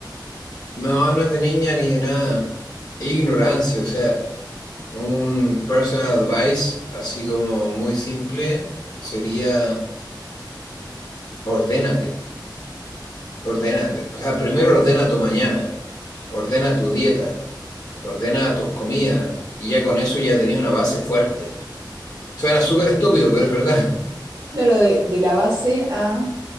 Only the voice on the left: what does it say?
No, no es de niña ni de nada. Ignorancia, o sea, un personal advice así como muy simple sería ordénate, ordénate. O sea, primero ordena tu mañana, ordena tu dieta, ordena tus comidas y ya con eso ya tenía una base fuerte. Suena súper estúpido, pero es verdad.